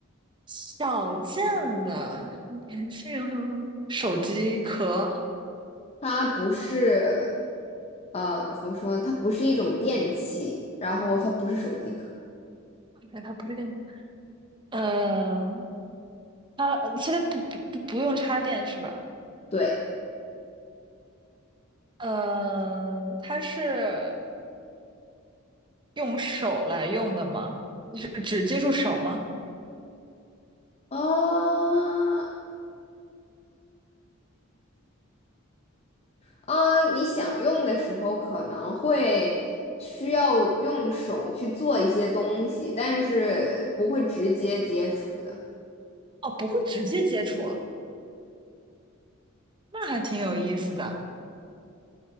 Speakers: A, on the right; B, on the left.
A: 小件的，年轻人会用手机壳，
B: 它不是，呃，怎么说呢？它不是一种电器，然后它不是手机壳，
A: 哎，它不是电子，呃，它现在不不不不用插电是吧？
B: 对，
A: 呃，它是用手来用的吗？就是只接触手吗？
B: 啊呃，你想用的时候可能会需要用手去做一些东西，但是不会直接接触的。
A: 哦，不会直接接触啊，那还挺有意思的。